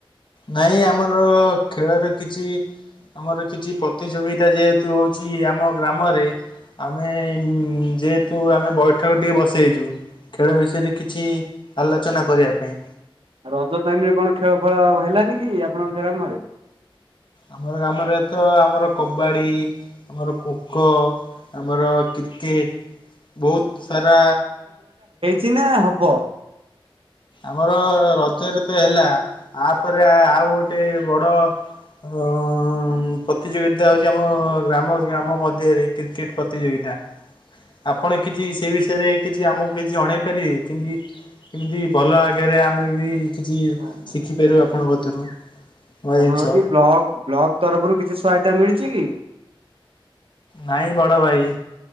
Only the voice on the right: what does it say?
ଆଉ ରଜ ଟାଇମ୍ ରେ କଣ ଖେଳ ଫେଳ ହେଲାନି କି ଆପଣଙ୍କ ଗ୍ରାମରେ?
ଚିନ୍ନା ହବ,
ଆପଣଙ୍କର
ଆପଣ ଯଦି ବ୍ଲକ୍ ତରଫରୁ କିଛି ସହାୟତା ମିଳିଛି କି?